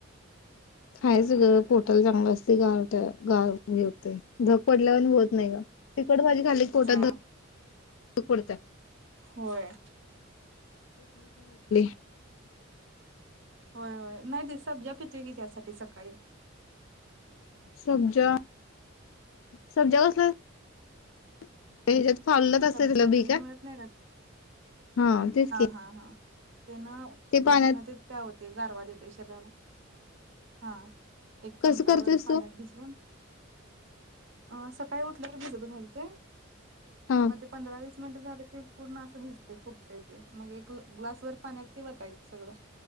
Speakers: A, on the left; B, on the right.
A: खायचं ग पोटाल चांगलं असते गा गार हे होतंय धग पडल्यावानी होत नाही ग तिखट भाजी खाल्ली‌ की पोटात
B: हा
A: धग पडत
B: होय
A: <unintelligible>
B: होय होय नाही ते सब्जा पितोय की त्यासाठी सकाळी.
A: सब्जा सब्जा कसला <unintelligible> <unintelligible> असतंय
B: सब्जाचं
A: तलं बी का
B: मिळत नाही
A: हा तेच की.
B: हा हा ते ना
A: ते पाण्यात
B: उष्णतेत प्याव ते गारवा देते शरीराला हा एक चमचाभर
A: कसं करतेस
B: पाण्यात
A: तू
B: भिजवून अ सकाळी उठल्यावर भिजत घालते.
A: हा
B: मध्ये पंधरा वीस मिनटं झालं की पूर्ण असं भिजते फुगतंय ते मग एक ग्लासभर पाण्यात ते वतायच सगळं.